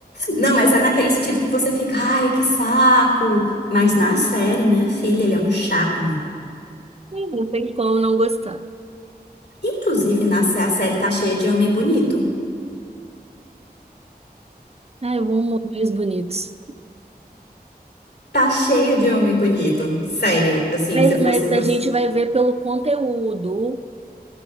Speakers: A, on the left; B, on the right.
A: Não, mas é naquele sentido que você fica, ai, que saco. Mas na série, minha filha, ele é um charme.
B: Não tem como não gostar.
A: Inclusive, na sé- a série tá cheia de homem bonito.
B: Ai, eu amo homens bonitos.
A: Tá cheia de homem bonito. Sério, assim,
B: Mas,
A: se eu fosse
B: mas
A: você.
B: a gente vai ver pelo conteúdo,